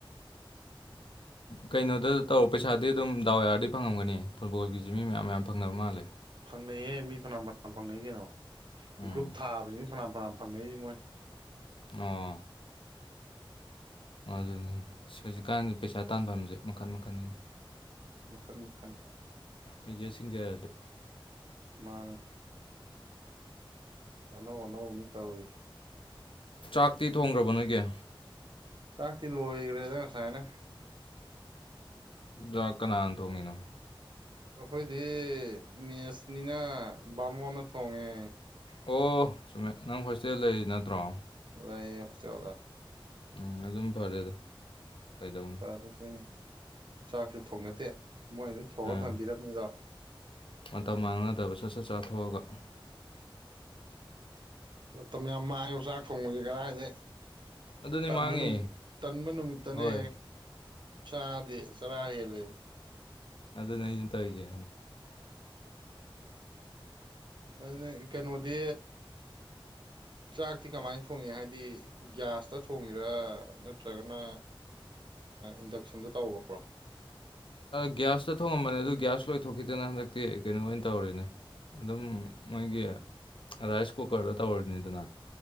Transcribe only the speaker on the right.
ꯐꯪꯅꯩꯌꯦ ꯃꯤ ꯐꯅꯥꯝ ꯐꯅꯥꯝ ꯐꯪꯅꯩ ꯀꯩꯅꯣ
ꯒ꯭ꯔꯨꯞ ꯊꯥꯕꯁꯤꯅ ꯐ ꯐꯅ ꯐꯅꯥ ꯐꯪꯅꯤ ꯃꯣꯏ
ꯃꯈꯟ ꯃꯈꯟ
ꯃꯥ ꯑꯅꯥꯎ ꯑꯅꯥꯎ ꯎꯅꯤ ꯇ ꯑꯣꯏꯔꯤ
ꯆꯥꯛꯇꯤ ꯂꯣꯏꯈ꯭ꯔꯦꯗ ꯉꯁꯥꯏꯅ
ꯑꯩꯈꯣꯏꯗꯤ ꯃꯦꯁꯅꯤꯅ ꯕꯥꯃꯣꯟꯅ ꯊꯣꯡꯉꯦ
ꯂꯩ <unintelligible>
ꯄꯔꯁꯤꯅꯥ ꯆꯥꯛꯁꯨ ꯊꯣꯡꯅꯗꯦ ꯃꯣꯏ ꯑꯗꯨꯝ ꯊꯣꯡꯑꯒ
ꯊꯝꯕꯤꯔꯝꯃꯤꯗꯣ
ꯃꯇꯝ ꯌꯥꯝ ꯃꯥꯡꯉꯦꯕ ꯆꯥꯛ ꯊꯣꯡꯕꯕꯁꯤ ꯀꯔꯥꯏꯗꯩ
ꯇꯟꯃ
ꯅꯨꯃꯤ ꯇꯟꯃ ꯅꯨꯃꯤꯠꯇꯅꯦ
ꯆꯥꯗꯦ ꯆꯔꯥ ꯍꯦ ꯂꯦꯕ
ꯑꯗꯨꯅ ꯀꯩꯅꯣꯗꯤ ꯆꯥꯛꯇꯤ ꯀꯃꯥꯏꯅ ꯊꯣꯡꯉꯤ ꯍꯥꯏꯗꯤ ꯒ꯭ꯌꯥꯁꯇ ꯊꯣꯡꯉꯤꯔ ꯅꯠꯇ꯭ꯔꯒꯅ ꯏꯟꯗꯛꯁꯟꯗ ꯇꯧ꯭ꯔꯣ